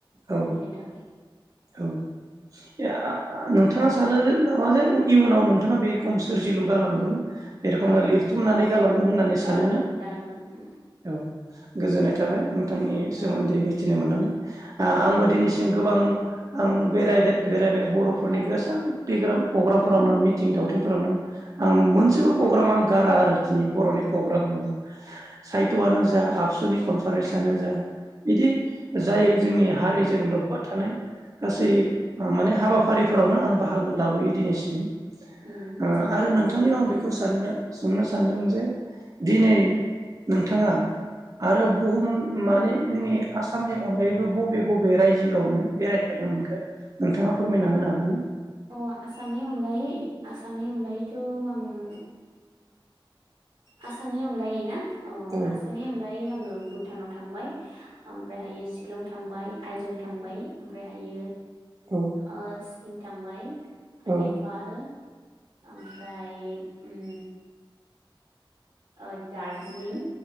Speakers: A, on the right (about 40°); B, on the right (about 55°).
A: औ
B: जेबो लिराखै।
A: औ <unintelligible> नोंथाङा सानो जे नामा जे इयुनाव नोंथाङा बे <unintelligible> सोरजिलु गालांगोन बे रखमनो
B: औ
A: लिरथुमनानै
B: औ
A: गालांगोन
B: औ
A: होननानै
B: गालांगोन
A: सानोना
B: गालांगोन उम
A: औ गोजोननाय
B: गालांगोन
A: थाबाय नोंथांनि सोमोन्दै
B: औ
A: मिथिनो मोननानै
B: औ
A: आंबो दिनैसिम गोबां आं बेरायदे बेरायबाय बर'फोरनि
B: औ
A: गोसां बिग्राम अग्राम फोरावनो मिथिं दावथिंफोरावनो
B: औ
A: आं मोनसेबो प्रग्राम आं गारा आरोखि जोंनि बर'नि प्रग्राम
B: औ
A: उ साहित्यआनो जा आबसुनि कनफारेन्सआनो जा इदि जाय जोंनि हारिजों लोब्बा थानाय गासै
B: उम
A: माने हाबा फारिफोरावनो आं बाहागो लाबोयो दिनैसिम।
B: उम मोजां
A: ओ आरो
B: लानांगौ
A: नोंथांनियाव
B: बिदिनो
A: आं बेखौ साननो सोंनो सानदों जे दिनै
B: उम
A: नोंथाङा आरो
B: उम
A: बुहुम माने जोंनि आसामनि अनगायैबो बबे बबे रायजोआवनो बेराय फेरनो मोनखो नोंथाङा फोरमायना होनो हागोन ना?
B: अ आसामनि अनगायै आसामनि अनगायैथ' आंङो आसामनि अनगायै ना? अ
A: औ
B: आसामनि अनगायै आं ओ भुटानाव थांबाय। ओमफ्रायहायो शिलं थांबाय आइजल थांबाय ओमफ्रायहायो
A: औ
B: ओ सिकिम थांबाय।
A: औ
B: नेपाल ओमफ्राय उम ओ दार्जिलिं